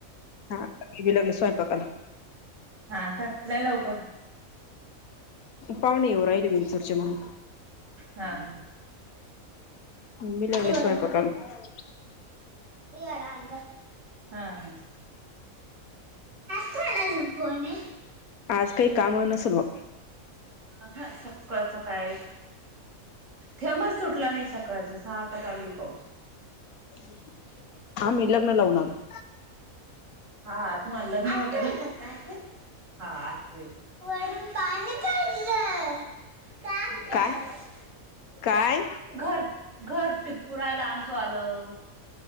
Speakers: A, on the left; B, on the right.
A: हा मीबी लागलो स्वयंपाकाला.
B: हां का लै लवकर.
A: पावणे येऊ रायले विंचूरचे मग,
B: हा हा,
A: मी लागले
B: वर
A: स्वयंपाकाला.
B: निहाराल का? हा हा. आज कोनाचा फोन हे?
A: आज काही कामं नसल बुवा.
B: हं हा सक्काळचं काय? थेंबभर सुटला नाही सकाळचा, सारखा चालूय पाऊस.
A: <inaudible> आम्ही लग्न लावून आलो.
B: हा तुम्हाला लग्न होत न? आतु हे की काय हां आतू हे वरून पाणी पडलयं. काव काव.
A: काय? काय?
B: घर घर टिपकु राहयलं आंमचं वालं.